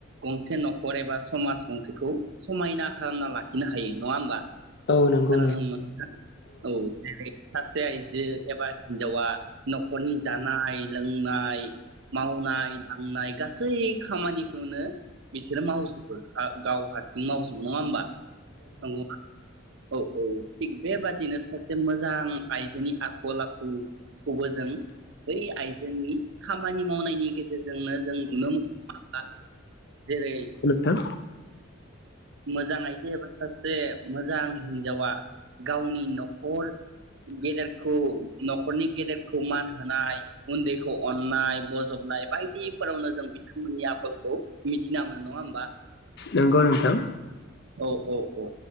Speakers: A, on the right; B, on the left.
A: गंसे न'खर एबा समाज गंसेखौ समायना खालामना लाखिनो हायो नङा होमबा
B: औ नंगौ
A: खोनादों नोंथां औ । सासे आइजो एबा हिनजावा न'खरनि जानाय लोंनाय मावनाय दांनाय गासै खामानिखौनो बिसोरो मावजोबो । गाव हारसिं मावजोब नङा होमबा । नंगौ ना औ औ । थिग बेबादिनो सासे मोजां आइजोनि आखल आखुखौबो जों बै आइजोनि खामानि मावनायनि गेजेरजोंनो जों नुनो मोन जेरै
B: थां
A: मोजां आइजो एबा सासे मोजां हिनजावा गावनि न'खर गेदेरखौ न'खरनि गेदेरखौ मान होनाय उन्दैखौ अननाय बजबनाय बायदिफोरावनो जों बिथांमोननि आखलखौ मिथिना मोनो नङा होमबा?
B: नंगौ नोंथां
A: औ औ औ